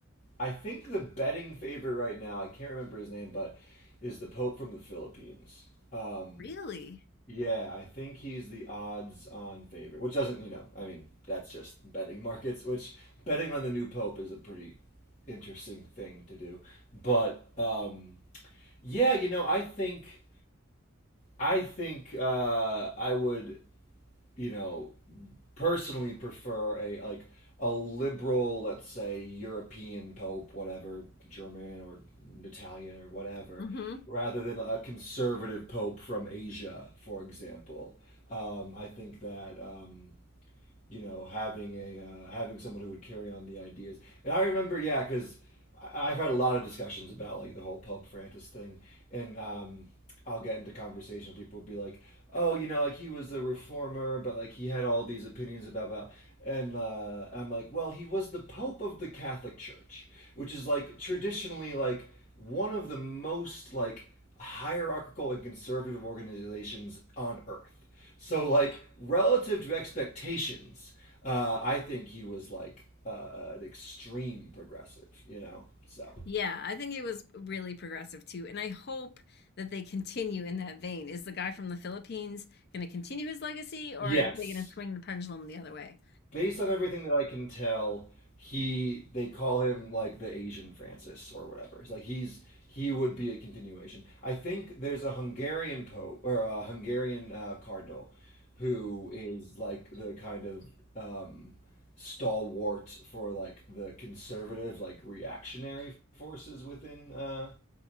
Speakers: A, on the left (about 35°); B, on the left (about 50°).
A: I think the betting favorite right now, I can't remember his name, but is the Pope from the Philippines. Um,
B: Really?
A: yeah, I think he's the odds on favorite, which doesn't, you know, I mean, that's just betting <laughs> markets, which betting on the new Pope is a pretty interesting thing to do. But um, yeah, you know, I think I think uh, I would you know, personally prefer a like a liberal, let's say European pope, whatever, German or Italian or whatever,
B: hmm
A: rather than a conservative pope from Asia, for example. Um, I think that um, you know, having a uh, having someone who would carry on the ideas. And I remember, yeah, because I've had a lot of discussions about like the whole Pope Francis thing, and um, I'll get into conversation. People will be like, "Oh, you know, like he was a reformer, but like he had all these opinions about about." And uh, I'm like, "Well, he was the Pope of the Catholic Church, which is like traditionally like one of the most like hierarchical and conservative organizations on Earth. So, like, relative to expectations, uh, I think he was like uh, an extreme progressive, you know? So,
B: Yeah, I think it was really progressive too. And I hope that they continue in that vein. Is the guy from the Philippines going to continue his legacy or
A: yes.
B: are they going to swing the pendulum the other way?
A: based on everything that I can tell, he they call him like the Asian Francis or whatever. It's like he's he would be a continuation. I think there's a Hungarian pope or a Hungarian uh, cardinal who is like the kind of um, stalwart for like the conservative like reactionary forces within uh,